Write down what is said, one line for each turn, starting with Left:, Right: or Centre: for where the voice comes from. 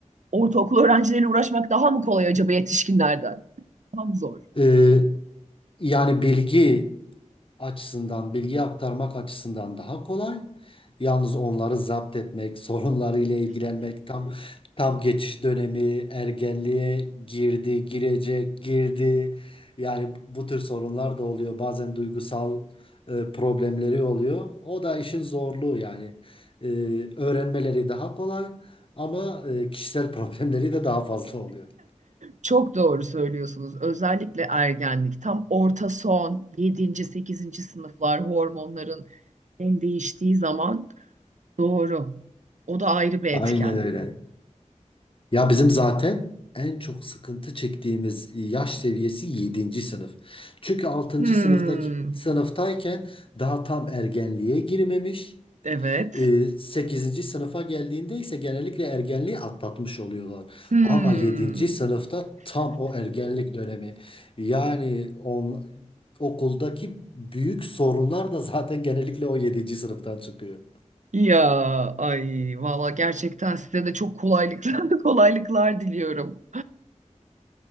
Right: Ortaokul öğrencileriyle uğraşmak daha mı kolay acaba yetişkinlerden? Daha mı zor?
Left: Ee, yani bilgi açısından, bilgi aktarmak açısından daha kolay. Yalnız onları zapt etmek, <laughs> sorunlarıyla ilgilenmek tam tam geçiş dönemi, ergenliğe girdi, girecek, girdi. Yani bu tür sorunlar da oluyor. Bazen duygusal e, problemleri oluyor. O da işin zorluğu yani. E, öğrenmeleri daha kolay ama e, kişisel <laughs> problemleri de daha fazla oluyor.
Right: Çok doğru söylüyorsunuz. Özellikle ergenlik tam orta son yedinci, sekizinci sınıflar hormonların en değiştiği zaman doğru. O da ayrı bir
Left: Aynen
Right: etken.
Left: öyle. Ya bizim zaten en çok sıkıntı çektiğimiz yaş seviyesi yedinci sınıf. Çünkü 6.
Right: Hmm.
Left: sınıftaki sınıftayken daha tam ergenliğe girmemiş.
Right: Evet.
Left: e, sekizinci sınıfa geldiğinde ise genellikle ergenliği atlatmış oluyorlar.
Right: Hmm.
Left: Ama yedinci sınıfta tam o ergenlik dönemi. Yani on, okuldaki büyük sorunlar da zaten genellikle o yedinci sınıftan çıkıyor.
Right: Ya ay valla gerçekten size de çok kolaylıklar <laughs> kolaylıklar diliyorum.